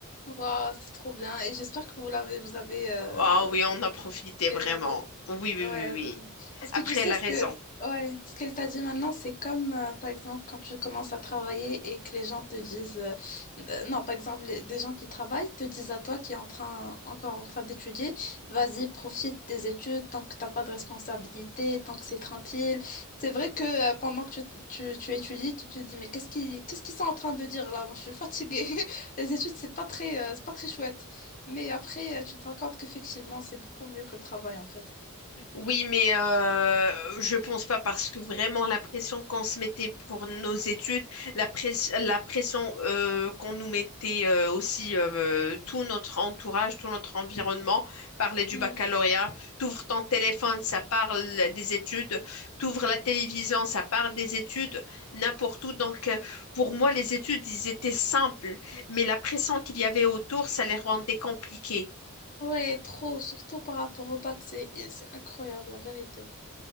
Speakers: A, on the left (about 40°); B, on the left (about 75°).
A: Waouh, c'est trop bien. Et j'espère que vous l'avez, vous avez euh,
B: Ah oui, on a profité vraiment.
A: évadé.
B: Oui, oui,
A: Ouais,
B: oui, oui.
A: ouais, ouais. Parce
B: Après,
A: que tu sais
B: elle a
A: ce
B: raison.
A: que ouais, ce qu'elle t'a dit maintenant, c'est comme euh, par exemple quand tu commences à travailler et que les gens te disent euh, euh, non, par exemple les- des gens qui travaillent te disent à toi qui est en train encore en train d'étudier, vas-y, profite des études tant que t'as pas de responsabilité, tant que c'est tranquille. C'est vrai que euh, pendant que tu, tu, tu étudies, tu te dis mais qu'est-ce qu'ils qu'est-ce qu'ils sont en train de dire là? Moi, je suis fatiguée. <laughs> Les études, c'est pas très euh, c'est pas très chouette. Mais après, euh, tu te rends compte qu'effectivement, c'est beaucoup mieux que le travail en fait.
B: Oui, mais euh, je pense pas parce que vraiment la pression qu'on se mettait pour nos études, la press- la pression euh, qu'on nous mettait euh, aussi euh, tout notre entourage, tout notre environnement, parler du
A: Hmm.
B: baccalauréat, t'ouvres ton téléphone, ça parle des études, t'ouvres la télévision, ça parle des études, n'importe où. Donc euh, pour moi, les études, ils étaient simples, mais la pression qu'il y avait autour, ça les rendait compliquées.
A: Ouais, trop, surtout par rapport au bac, c'est c'est incroyable en vérité.